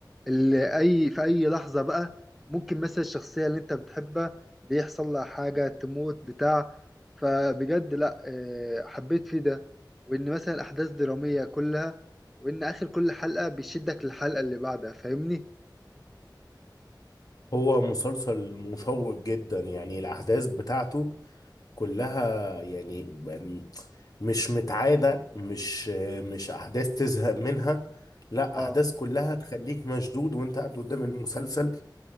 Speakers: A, in the centre; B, on the left.
A: اللي اي في اي لحظة بقى ممكن مثلا الشخصية اللي انت بتحبها دي يحصل لها حاجة تموت بتاع فبجد لا آه، حبيت فيه ده وان مثلا الاحداث درامية كلها وان اخر كل حلقة بيشدك للحلقة اللي بعدها فاهمني
B: هو مسلسل مشوق جدا يعني الاحداث بتاعته كلها يعني م- مش متعادة مش مش احداث تزهق منها لا
A: اه
B: احداث كلها تخليك مشدود وانت قاعد قدام المسلسل